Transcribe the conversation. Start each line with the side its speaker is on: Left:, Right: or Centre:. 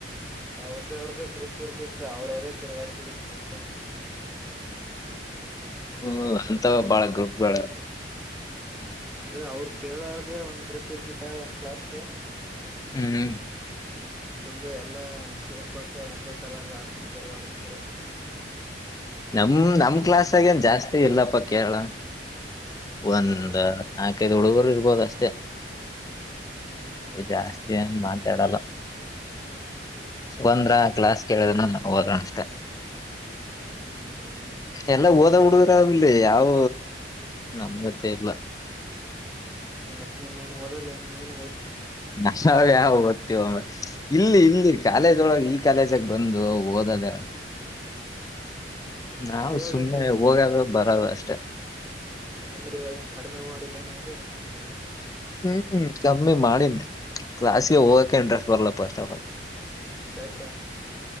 Centre: ಅವ್ರ್ದೇ ಅವ್ರ್ದೇ ಗ್ರೂಪ್ ಇರ್ತಿತ್ತ ಅವ್ರ ಅವ್ರೇ ತಿರ್ಗಾಡ್ತಿದ್ರ ಚೆಂತನ
Left: ಹ್ಮ ಅಂತ ಬಾಳ ಗ್ರಪ್ಗಳ
Centre: ನಮಿರ ಅವ್ರ ಕೇಳಾರ್ದೇ ಒಂದ್ ಗ್ರೂಪ್ ಇರ್ತಿತ್ತ ಒಂದ್ ಕ್ಲಾಸ್
Left: ಹ್ಮ್
Centre: ಫುಲ್ಲು ಎಲ್ಲಾ ಸೇಮ್ ಬಟ್ಟೆ ಒಂದೇ ಕಲರ್ದ ಹಾಕೊಂಡ್ ತಿರ್ಗಾಡ್ತಿದರು
Left: ನಮ ನಮ್ ಕ್ಲಾಸ್ಗ ಏನ್ ಜಾಸ್ತಿ ಇಲ್ಲಪ್ಪ ಕೇರಳ ಒಂದ್
Centre: ಹೌದಾ
Left: ನಾಕೈದು ಹುಡುಗರು ಇರ್ಬೋದ ಅಷ್ಟೇ
Centre: ಹ್ಮ್ ಹ್ಮ್
Left: ಅ ಜಾಸ್ತಿ ಅನ್ ಮಾತಾಡಲ್ಲ ಸುಗಂದ್ರ ಕ್ಲಾಸ್ ಕೇಳಿದನ ಹೋದಣ ಅಷ್ಟೆ
Centre: ಹ್ಮ್ ಹ್ಮ್
Left: ಎಲ್ಲ ಹಓದ ಹುಡುಗರ ಆಗಿಲ್ಲ ಯಾವ ನಮ್ಗೆತ್ತೇ ಇಲ್ಲ
Centre: ಮತ್ತತ್ ನೀನ್ನ್ ಓದಲ್ಲ ನೀನು
Left: ನಾ ಯ ಬತ್ತ ಇಲ್ಲಿ ಇಲ್ಲಿ ಕಾಲೇಜ್ ಒಳಗೆ ಈ ಕಾಲೇಜಗ ಬಂದು ಓದದ ನಾವವು
Centre: ಇವಾಗ
Left: ಸುಮ್ಮ್ನೆ
Centre: ಯಾಕ ಬಿಟ್ಟಿದೆ
Left: ಹೋಗಾಗ ಬರದು ಅಷ್ಟೆ
Centre: ಅಂದ್ರೆ ಇವಾಗ ಕಡಿಮೆ ಮಾಡಿದೇನು ಓದುದ
Left: ಹ್ಮ್ ಕಮ್ಮಿ ಮಾಡಿನಿ ಕ್ಲಾಸ್ಗೆ ಹೋಗಕ್ಕೆ ಇಂಟ್ರೆಸ್ಟ್ ಬರ್ಲ್ಲ ಫಸ್ಟ್ ಆಫ್ ಆಲ್
Centre: ಯಾಕ್ಕ